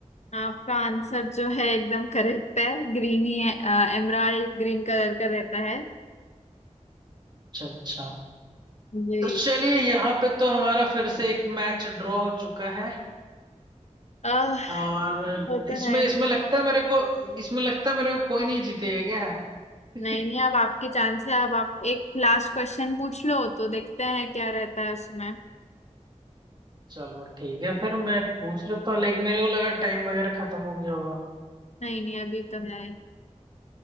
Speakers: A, on the left; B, on the right.
A: आपका आंसर जो है एकदम करेक्ट है ग्रीन ही है एमराल्ड ग्रीन कलर का रहता है
B: अच्छा अच्छा
A: जी
B: तो चलिए यहाँ पे तो हमारा फिर से एक मैच ड्रॉ हो चुका है
A: आह
B: और
A: वो तो
B: इसमें
A: है
B: इसमें लगता है मेरे को इसमें लगता है मेरे को कोई नहीं जीतेगा क्या
A: नहीं
B: <laughs>
A: नहीं अब आपकी चांस है अब आप एक लास्ट क्वेश्चन पूछ लो तो देखते हैं क्या रहता है उसमें
B: चलो ठीक है फिर मैं पूछ लेता हूँ लाइक मेरे को लगा टाइम वगैरह खत्म हो गया होगा
A: नहीं नहीं अभी तो है